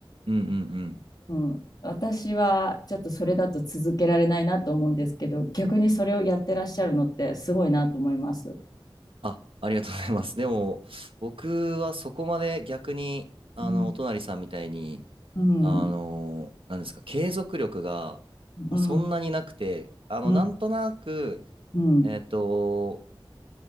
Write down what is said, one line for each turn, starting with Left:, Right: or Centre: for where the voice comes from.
Right: うんうんうん。
Left: うん、私はちょっとそれだと続けられないなと思うんですけど、逆にそれをやってらっしゃるのってすごいなと思います。
Right: あ、ありがとうございます。でも、僕はそこまで逆に、あの、
Left: うん、
Right: お隣さんみたいに、
Left: うん、
Right: あのー、なんですか、継続力が、まあ、
Left: うん、
Right: そんなになくて、あの、
Left: うん、
Right: なんとなく、
Left: うん、うん、
Right: えっと、